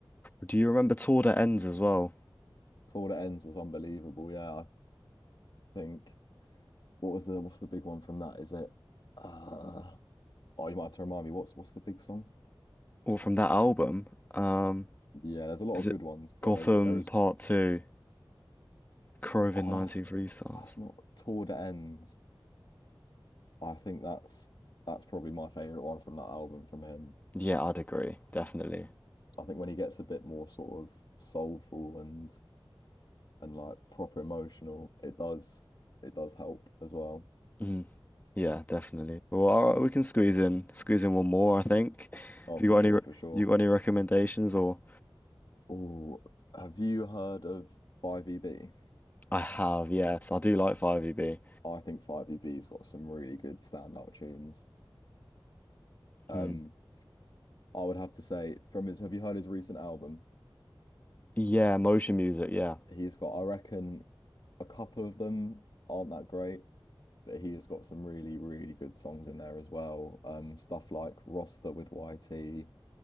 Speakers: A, on the left (about 20°); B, on the left (about 60°).
A: Do you remember Tour That Ends as well?
B: Tour That Ends was unbelievable. Yeah, I think what was the what's the big one from that? Is it uh oh you might have to remind me what's what's the big song?
A: Or from that album? Um,
B: Yeah, there's a lot
A: is
B: of
A: it
B: good ones, but
A: Gotham
B: there's there is
A: Part Two, Crovin
B: Oh,
A: 19
B: that's
A: Three Stars?
B: that's not Toward the ends. I think that's that's probably my favorite one from that album from him.
A: Yeah, I'd agree, definitely.
B: I think when he gets a bit more sort of soulful and and like proper emotional, it does it does help as well.
A: Mhm. Yeah, definitely. Well, all right, we can squeeze in squeeze in one more, I think.
B: Oh,
A: Have
B: for
A: you got
B: sure,
A: any re-
B: for sure.
A: you got any recommendations or?
B: Oh, have you heard of 5 E B?
A: I have, yes. I do like 5EB.
B: I think 5EB's got some really good standout tunes. Um,
A: Mm.
B: I would have to say from his, have you heard his recent album?
A: Yeah, motion music, yeah.
B: He's got, I reckon, a couple of them aren't that great. but he has got some really, really good songs in there as well. Um, stuff like Roster with YT.